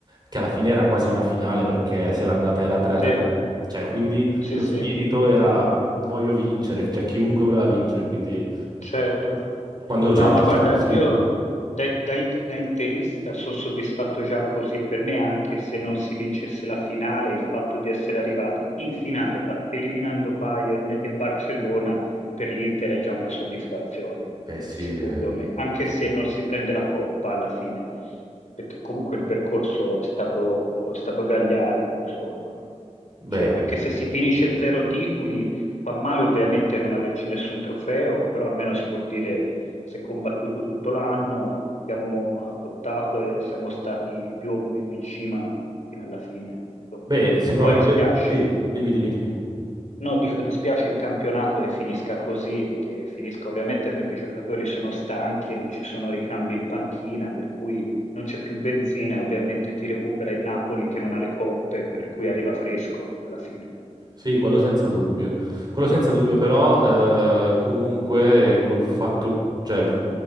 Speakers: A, on the right; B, on the left.
A: che alla fine era quasi una finale perché se l'andata era 3-3,
B: sì,
A: cioè quindi
B: sì,
A: lo
B: sì,
A: spirito era voglio vincere, cioè chiunque voleva vincere, quindi
B: certo.
A: quando c'è
B: No,
A: una
B: ma
A: Ah, sì.
B: guarda,
A: partita, sì,
B: io da, da- da interista sono soddisfatto già così. Per me, anche se non si vincesse la finale, il fatto di essere arrivati in finale, ba- eliminando Bayern e Barcellona, per l'Inter è già una soddisfazione,
A: Beh, sì,
B: secondo
A: eh,
B: me, anche
A: sì.
B: se non si prende la coppa alla fine, perché comunque il percorso è stato, è stato gagliardo, insomma. Cioè,
A: Beh,
B: anche se
A: eh,
B: si finisce zero titoli, fa male ovviamente non averci nessun trofeo, però almeno si può dire si è combattuto tutto l'anno, abbiamo lottato e siamo stati più o meno in cima fino alla fine. Insomma.
A: beh, sicuramente
B: Poi dispiace,
A: sì, dimmi, dimmi, dimmi.
B: no, dico dispiace il campionato che finisca così, che finisca ovviamente perché i giocatori sono stanchi, non ci sono ricambi in panchina, per cui non c'è più benzina e ovviamente ti recupera il Napoli che non ha le coppe, per cui arriva fresco alla fine.
A: Sì, quello senza dubbio. Quello senza dubbio, però eh, comunque col fatto, cioè, v-